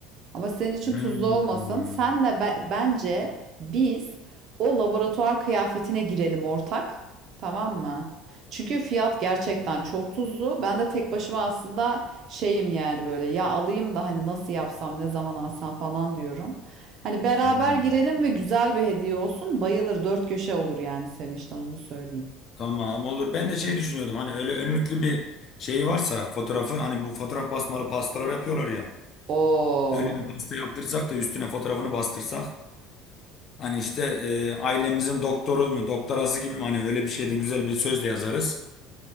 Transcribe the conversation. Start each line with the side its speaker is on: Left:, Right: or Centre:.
Right: Ama senin için
Left: Hmm,
Right: tuzlu olmasın.
Left: hmm,
Right: Senle be- bence biz o laboratuvar kıyafetine girelim ortak. Tamam mı? Çünkü fiyat gerçekten çok tuzlu. Ben de tek başıma aslında şeyim yani böyle ya alayım da hani nasıl yapsam ne zaman alsam falan diyorum. Hani beraber
Left: hmm.
Right: girelim ve güzel bir hediye olsun. Bayılır dört köşe olur yani Sevinç'ten onu söyleyeyim.
Left: Tamam olur. Ben de şey düşünüyordum hani öyle önlüklü bir şey varsa fotoğrafı hani bu fotoğraf basmalı pastalar yapıyorlar ya.
Right: Oo.
Left: Öyle bir pasta yaptırsak da üstüne fotoğrafını bastırsak. Hani işte e, ailemizin doktoru mu doktorası gibi mi hani öyle bir şeyde güzel bir söz de yazarız.